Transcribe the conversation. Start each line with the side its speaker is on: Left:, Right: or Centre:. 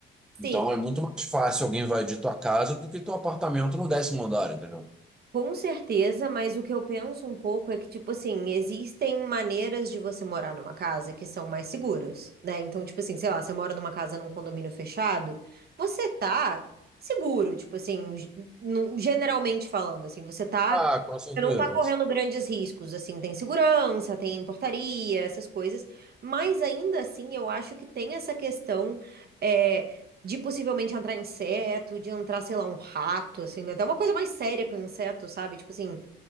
Centre: Então,
Right: Sim,
Centre: é muito mais fácil alguém invadir tua casa do que teu apartamento no décimo andar, entendeu?
Right: com certeza, mas o que eu penso um pouco é que, tipo assim, existem maneiras de você morar numa casa que são mais seguras, né? Então, tipo assim, sei lá, você mora numa casa num condomínio fechado, você tá seguro, tipo assim, ge- no- generalmente falando, assim, você tá,
Centre: Ah, com certeza.
Right: você não tá correndo grandes riscos, assim, tem segurança, tem portaria, essas coisas, mas ainda assim eu acho que tem essa questão. eh, De possivelmente entrar inseto, de entrar, sei lá, um rato, assim, até uma coisa mais séria com inseto, sabe? Tipo assim,